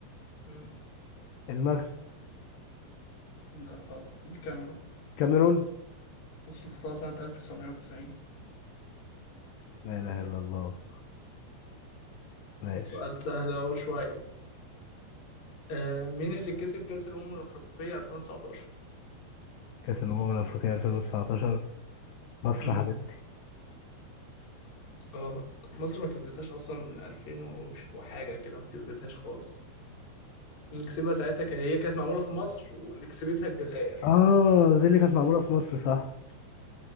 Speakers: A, on the left; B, on the left.
A: مم.
B: المغرب
A: لا غلط الكاميرون
B: كاميرون
A: ده سنة 1990
B: لا اله الا الله ماشي
A: سؤال سهل اهو شوية آه مين اللي كسب كأس الأمم الأفريقية 2019؟
B: كاس الامم الافريقيه 2019 مصر
A: امم
B: حبيبتي
A: غلط مصر ما كسبتهاش أصلا من 2000 وش- وحاجة كده ما كسبتهاش خالص اللي كسبها ساعتها كان- هي كانت معمولة في مصر واللي كسبتها الجزائر
B: اه دي اللي كانت معموله في مصر صح